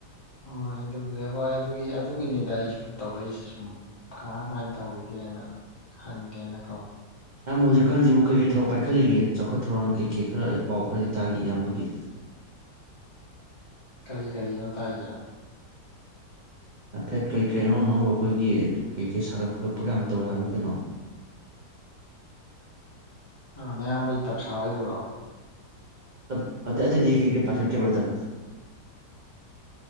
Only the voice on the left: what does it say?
ꯍꯣꯏ ꯑꯗꯨꯕꯨꯗꯤ ꯍꯣꯏ ꯑꯗꯨꯒꯤ ꯑꯗꯨꯒꯤꯅꯤꯗ ꯑꯩꯁꯨ ꯇꯧꯔꯛꯏꯁꯦ ꯁꯨꯝ ꯀꯃꯥꯏ ꯀꯃꯥꯏꯅ ꯇꯧꯔꯤꯒꯦꯅ ꯍꯪꯒꯦꯅꯀꯣ
ꯀꯔꯤ ꯀꯔꯤꯅꯣ ꯇꯥꯏꯖꯦ
ꯑꯥ ꯅꯌꯥꯝꯕꯩ ꯇꯞ ꯁꯥꯕꯩꯗꯨꯔꯣ